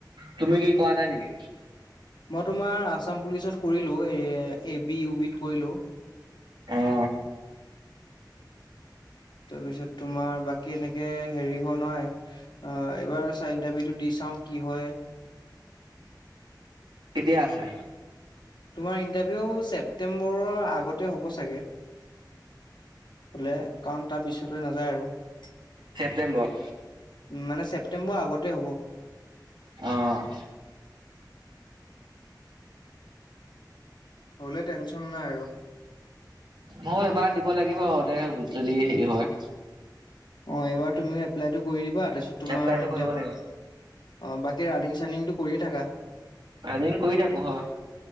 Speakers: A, on the right; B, on the left.
A: তুমি কি কৰা নাই নেকি?
B: মই তোমাৰ আছাম পুলিচত কৰিলোঁ অ', A, A- B, U- B ত কৰিলোঁ।
A: অ'
B: তাৰপিছত তোমাৰ বাকী এনেকে হেৰি হোৱা নাই, আ এইবাৰ চাৰ ইন্টাৰভিউটো দি চাওঁ, কি হয়
A: কেতিয়া আছে?
B: তোমাৰ ইণ্টাৰভিউ ছেপ্তেম্বৰৰ আগতে হ'ব চাগে হলে, কাৰণ তাৰ পিছলৈ নাযায় আৰু। উ
A: ছেপ্তেম্বৰত
B: মানে ছেপ্তেম্বৰৰ আগত <inaudible>
A: অ'
B: হ'লে টেনচন নাই আৰু।
A: ময়ো <unintelligible> যদি হেৰি হয়
B: অ', এইবাৰ তুমিও এপ্লাইটো কৰি দিবা তাৰছত তোমাৰ
A: এপ্লাইটো
B: ইণ্টাৰ
A: কৰিব লাগিব।
B: অ' বাকী ৰানিং চানিংটো কৰিয়ে থাকা
A: ৰানিং কৰি থাকো হ